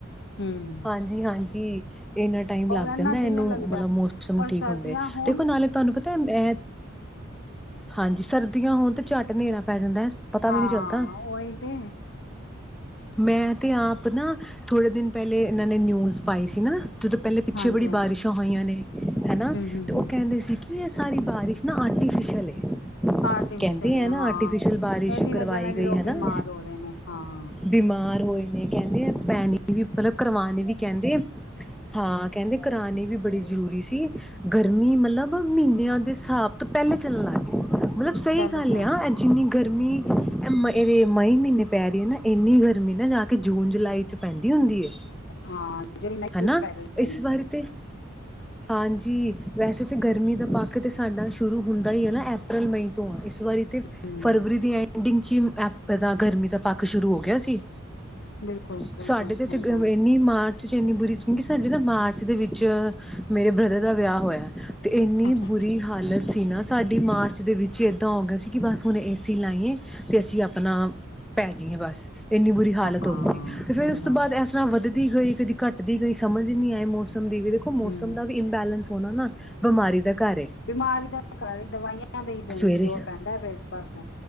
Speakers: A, on the left; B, in the centre.
A: ਹੂੰ
B: ਹਾਂਜੀ- ਹਾਂਜੀ ਇੰਨਾ ਟਾਈਮ ਲੱਗ
A: ਔਰ ਇਨਾ
B: ਜਾਂਦਾ ਇਹਨੂੰ
A: ਦਿਨ ਲੱਗਦਾ
B: ਮਤਲਬ ਮੋਸਮ ਨੂੰ
A: ਔਰ
B: ਠੀਕ
A: ਸਰਦੀਆਂ
B: ਹੁੰਦੇ
A: ਹੋਣ
B: ਦੇਖੋ ਨਾਲੇ ਤੁਹਾਨੂੰ ਪਤਾ ਤ ਮੈਂ ਹਾਂਜੀ, ਸਰਦੀਆਂ ਹੋਣ ਤੇ ਝੱਟ ਹਨੇਰਾ ਪੈ ਜਾਂਦਾ ਪਤਾ
A: ਹਾਂ
B: ਵੀ ਨਹੀਂ ਚੱਲਦਾ।
A: ਉਹੀ ਤੇ
B: ਮੈਂ ਤੇ ਆਪ ਨਾ ਥੋੜੇ ਦਿਨ ਪਹਿਲੇ ਇਹਨਾਂ ਨੇ ਨਿਊਜ਼ ਪਾਈ ਸੀ ਨਾ ਜਦੋਂ ਪਹਿਲੇ ਪਿੱਛੇ
A: ਹਾਂਜੀ
B: ਬੜੀ
A: ਹੂੰ
B: ਬਾਰਿਸ਼ਾਂ ਹੋਈਆਂ ਨੇ ਹਨਾ
A: ਹੂੰ
B: ਤੇ ਓਹ
A: ਹੂੰ
B: ਕਹਿੰਦੇ ਸੀ ਕੀ ਇਹ ਸਾਰੀ ਬਾਰਿਸ਼ ਨਾ ਆਰਟੀਫਿਸ਼ਲ ਏ
A: ਆਰਟੀਵਿਸਲ
B: ਕਹਿੰਦੇ
A: ਏ
B: ਆ ਨਾ
A: ਹਾਂ
B: ਆਰਟੀਫਿਸ਼ਅਲ ਬਾਰਿਸ਼
A: ਇਹਦੀ
B: ਕਰਵਾਈ
A: ਵਜਹਾ ਨਾਲ
B: ਗਈ
A: ਲੋਕ
B: ਹਨਾ
A: ਬਿਮਾਰ ਹੋ ਰਹੇ ਨੇ ਹਾਂ।
B: ਬਿਮਾਰ ਹੋਏ ਨੇ ਕਹਿੰਦੇ ਪੈਣੀ ਵੀ ਮਤਲਬ ਕਰਵਾਣੀ ਵੀ ਕਹਿੰਦੇ ਆ ਹਾਂ ਕਹਿੰਦੇ ਕਰਾਨੀ ਵੀ ਬੜੀ ਜ਼ ਜਰੂਰੀ ਸੀ ਗਰਮੀ ਮਤਲਬ ਮਹੀਨਿਆਂ ਦੇ ਹਿਸਾਬ ਤੋਂ ਪਹਿਲੇ ਚੱਲਣ ਲਾਗੇ ਮਤਲਬ ਸਹੀ
A: ਪਹਿਲੇ
B: ਗੱਲ
A: ਚ
B: ਆ ਜਿੰਨੀ ਗਰ ਮੀਂਹ ਅ ਮਈ ਮਹੀਨੇ ਪੈ ਰਹੇ ਹ ਨਾ ਇੰਨੀ ਗਰਮੀ ਨਾ ਜਾ ਕੇ ਜੂਨ- ਜੁਲਾਈ ਚ ਪੈਂਦੀ ਹੁੰਦੀ ਹੈ
A: ਹਾਂ ਜਿਹੜੀ ਮਈ
B: ਹਨਾ
A: ਚ ਪਈ ਪੈਣੀ
B: ਇਸ
A: <inaudible>
B: ਵਾਰੀ ਤੇ ਹਾਂਜੀ, ਵੈਸੇ ਤਾਂ ਗਰਮੀ ਦਾ ਪੱਖ ਤਾਂ ਸਾਡਾ ਸ਼ੁਰੂ ਹੁੰਦਾ ਹੀ ਹੈ ਨਾ ਅਪ੍ਰੈਲ ਮਈ ਤੋਂ ਆ ਇਸ ਇਸ ਵਾਰੀ ਤੇ
A: ਹਮ
B: ਫਰਵਰੀ ਦੀ ਐਂਡਿੰਗ ਚੀ ਐਥੇ ਤਾਂ ਗਰਮੀ ਦਾ ਪੱਖ ਸ਼ੁਰੂ ਹੋ ਗਿਆ ਸੀ।
A: ਬਿਲਕੁਲ ਬਿਲਕੁਲ
B: ਸਾਡੇ
A: ਸਹੀ
B: ਤੇ ਤੇ
A: ਗੱਲ
B: ਇੰਨੀ ਮਾਂ ਤੁਸੀੰ ਇੰਨੀ ਬੁਰੀ ਸੁਣੀ ਕਿ ਸਾਡੇ ਨਾ ਮਾਰਚ ਦੇ ਵਿੱਚ ਮੇਰੇ ਬ੍ਰਦਰ ਦਾ ਵਿਆਹ ਹੋਇਆ। ਇੰਨੀ
A: ਅੱਛਾ
B: ਬੁਰੀ ਹਾਲਤ ਤੇ ਸੀ ਨਾ ਸਾਡੀ ਮਾਰਚ ਦੇ ਵਿੱਚ ਏਦਾਂ ਹੋ ਗਿਆ ਸੀ ਕਿ ਬਸ ਹੁਣ ਏਸੀ ਲਾਈਏ ਤੇ ਅਸੀਂ ਆਪਣਾ ਪੈਜੀਏ ਬਸ ਇੰਨੀ ਬੁਰੀ ਹਾਲਤ
A: ਹਾਂ
B: ਹੋ ਗਈ ਸੀ ਤੇ
A: ਸਹੀ
B: ਫਿਰ ਉਸ ਤੋਂ
A: ਗੱਲ
B: ਬਾਅਦ ਇਸ ਤਰ੍ਹਾਂ ਵੱਧਦੀ ਹੋਈ ਕਦੀ ਘੱਟਦੀ ਕਈ ਸਮਝ ਨਹੀਂੀ ਆਏ ਮੌਸਮ ਦੀ ਵੀ ਦੇਖੋ ਮੌਸਮ
A: ਹਮ
B: ਦਾ ਵੀ ਇੰਬੈਲੈਂਸ ਸੁਣਾ ਨਾ ਬਿਮਾਰੀ ਦਾ ਘਰ ਏ
A: ਬਿਮਾਰੀ ਦਾ ਕਾਰਨ ਦਵਾਈਆਂ ਦਾ ਬ
B: ਸਵੇਰੇ
A: ਜ਼ੋਰ ਪੈਂਦਾ ਬਸ